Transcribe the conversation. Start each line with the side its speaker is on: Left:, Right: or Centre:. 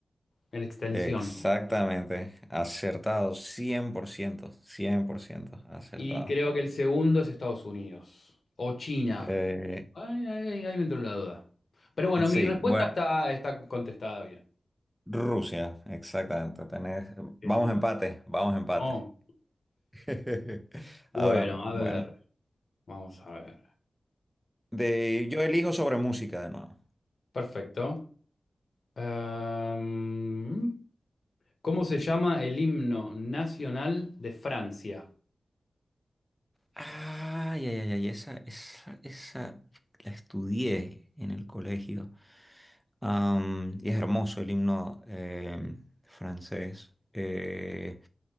Left: en extensión.
Centre: exactamente. Acertado, cien cien por ciento, cien por ciento, acertado.
Left: Y creo que el segundo es Estados Unidos o China.
Centre: Eh,
Left: Ay, ay, ahí me entró la duda. Pero bueno,
Centre: sí,
Left: mi respuesta
Centre: bueno,
Left: está, está contestada bien.
Centre: Rusia, exactamente. tenés-
Left: Genial.
Centre: vamos empate, vamos empate.
Left: No.
Centre: <laughs>
Left: Bueno,
Centre: Ahora,
Left: a
Centre: bueno.
Left: ver, vamos a ver.
Centre: De Yo elijo sobre música de nuevo.
Left: Perfecto. Em, ¿cómo se llama el himno nacional de Francia?
Centre: Ay, ay, ay, ay, esa, esa, esa la estudié en el colegio. Am, y es hermoso el himno eh, francés. Eh,